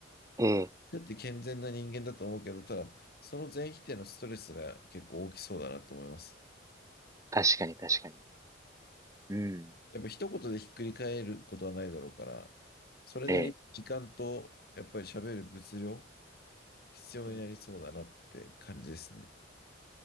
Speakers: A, on the right; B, on the left.
A: ええ、
B: だって健全な人間だと思うけど、ただ、その全否定のストレスが結構大きそうだなと思います。
A: 確かに確かに。うん。
B: やっぱ一言でひっくり返ることはないだろうから、それなりに時間と、
A: ええ。
B: やっぱり喋る物量、必要になりそうだなって感じですね。
A: うん